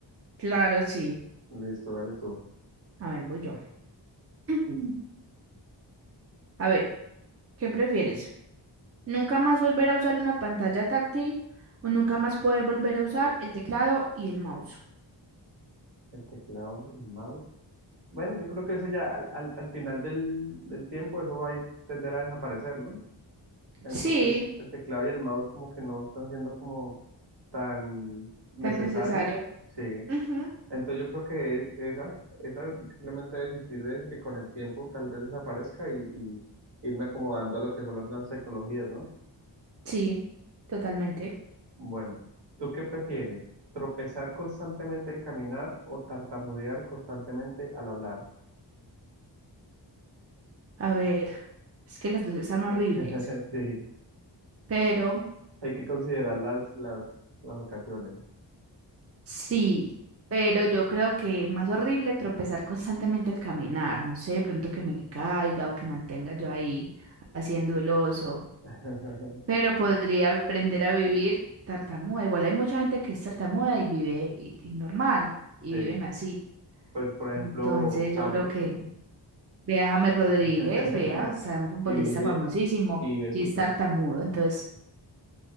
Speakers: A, on the right; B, on the right.
A: Claro, sí.
B: listo, dale tú.
A: A ver, voy yo. <clears throat> A ver, ¿qué prefieres? ¿Nunca más volver a usar una pantalla táctil o nunca más poder volver a usar el teclado y el mouse?
B: El teclado, el mouse. Bueno, yo creo que eso ya al, al- al final del, del tiempo, eso va a ir- tender a desaparecer, ¿no? Entonces,
A: Sí,
B: el teclado y el mouse como que no están siendo como tan necesarios,
A: tan necesario.
B: sí.
A: Ujú.
B: Entonces yo creo que es, esa, esa simplemente desistir de eso, que con el tiempo tal vez desaparezca y, y irme acomodando a lo que son las nuevas tecnologías, ¿no?
A: Sí, totalmente.
B: Bueno, ¿tú qué prefieres? ¿Tropezar constantemente al caminar o tartamudear constantemente al hablar?
A: A ver, es que las dos están horribles,
B: <laughs> Sí.
A: pero
B: Hay que considerar las, las, las ocasiones.
A: Sí, pero yo creo que es más horrible tropezar constantemente al caminar, no sé, de pronto que me caiga o que mantenga yo ahí haciendo el oso,
B: <laughs>
A: pero podría aprender a vivir tartamuda. Igual hay mucha gente que es tartamuda y vive y, y normal y
B: Sí,
A: viven así.
B: pues por ejemplo,
A: Entonces
B: James.
A: yo creo que vea a James Rodríguez,
B: <laughs>
A: vea, o sea, un futbolista
B: Y vive,
A: famosísimo
B: y vive
A: y
B: súper,
A: es tartamudo, entonces,